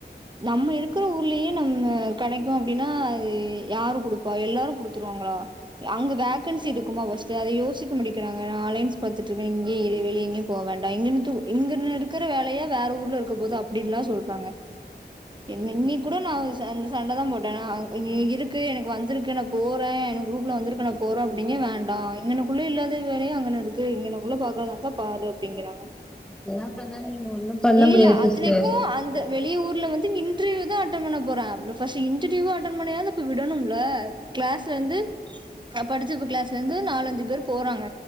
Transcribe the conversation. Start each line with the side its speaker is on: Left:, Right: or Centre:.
Right: நம்ம இருக்கு ஊர்லயே நம்ம கடைக்கும் அப்படின்னா அது யாரு குடுப்பா எல்லாரும் குடுத்துடுவாங்களா அவுங்க வேக்கன்சி இருக்குமா ஃபஸ்ட் அத யோசிக்க முடிக்கிறாங்க நான் ஆலைன்ஸ் பாத்துட்டு இருக்க இங்கயே வெளிய எங்கயும் போ வேண்டாம் இங்க இங்கன்னு இருக்கிற வேலையா வேற ஊர்ல இருக்க போதும் அப்படின்ல்லாம் சொல்றாங்க ந்னி கூட நாஸ் சண்ட சண்ட தான் போட்ட நா இருக்கு எனக்கு வந்திருக்கு நான் போறேன் எனக்கு குரூப்ல வந்திருக்கனும் போறோம் அப்டின்ங்க வேண்டாம் இங்கனுக்குள்ளே இல்லாத வேலையோ அங்கன்னு இருக்கு இங்கனுக்குள்ள பாக்குறதா இருந்தாபாரு அப்படிங்கிறாங்க
Centre: எல்லாம் பண்ணாலும் நீங்க ஒண்ணும் பண்ண
Right: இல்ல
Centre: முடியாது
Right: அத்தனைக்கும்
Centre: சிஸ்டர்
Right: அந்த வெளிய ஊர்ல வந்து இன் இன்டர்வியூ தான் அட்டன் பண்ண போறன் பஸ்ட் இன்ட்டவியு அட்டன் பண்ணாயாது இப்ப விடணும்ல கிளாஸ்ல இருந்து நா படிச்சப்பு கிளாஸ்ல இருந்து நாலு அஞ்சு பேர் போறாங்க